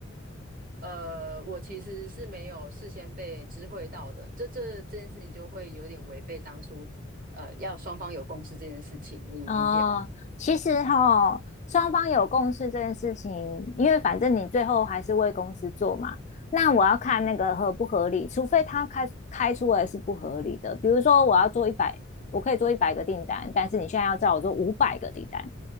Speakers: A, on the right (about 45°); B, on the left (about 35°).
A: 呃，我其实是没有事先被知会到的，这这这件事情就会有点违背当初，呃，要双方有共识这件事情，你理解吧？
B: 哦，其实哈，双方有共识这件事情，因为反正你最后还是为公司做嘛。那我要看那个合不合理，除非他开开出来是不合理的。比如说，我要做一百，我可以做一百个订单，但是你现在要叫我做五百个订单，